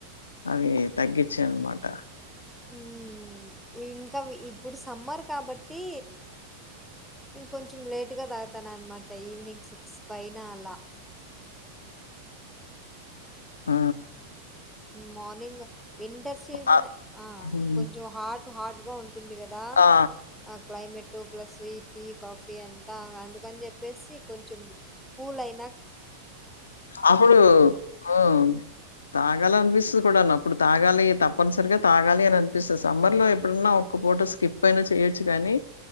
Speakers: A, on the left; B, in the centre.
A: అవి తగ్గించాయనమాట
B: ఉమ్ ఇవి ఇంక ఇప్పుడు సమ్మర్ కాబట్టి ఇంకొంచెం లేటుగా తాగుతాన్న అనమాట ఈవినింగ్ సిక్స్ పైన అలా
A: మ్
B: మార్నింగ్ వింటర్ సీజన్
A: ఆహ్,
B: ఆ
A: హ్మ్.
B: కొంచం హట్ హార్డ్ గా ఉం ఉంటుంది కదా
A: ఆ!
B: అప్ క్లైమేట్ ప్లస్ ఈ టీ కాఫీ అంతా అందుకని చెప్పేసి కొంచెం కూల్ అయ్
A: అప్పుడు ఉమ్ త తాగాల అనిపిస్తుంది కూడా అప్పుడు తాగాలి తప్పనిసరిగా తాగాలి అని అనిపిస్తది సమ్మర్ లో ఎప్పుడన్నా ఒక్క ఫోటో స్కిప్ అయినా చేయొచ్చు కాని